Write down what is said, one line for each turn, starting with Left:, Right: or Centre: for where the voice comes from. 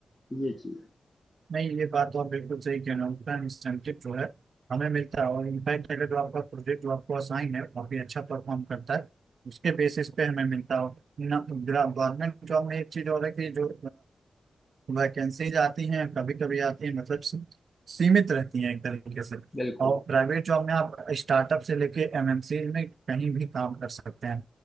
Left: ये चीज
Right: नहीं ये बात तो आप बिल्कुल सही कह रहे हो उतना इंसेंटिव जो है हमें मिलता है और इनफैक्ट अगर जो आपका प्रोजेक्ट जो आपको असाइन है काफी अच्छा परफॉर्म करता है उसके बेसिस पे हमें मिलता हो ना गवर्नमेंट जॉब में एक चीज और है कि जो वैकेंसीज आती हैं कभी कभी आती हैं मतलब सी- सीमित रहती हैं एक तरीके से
Left: बिल्कुल
Right: और प्राइवेट जॉब में आप स्टार्टअप से लेके एमएनसी में कहीं भी काम कर सकते हैं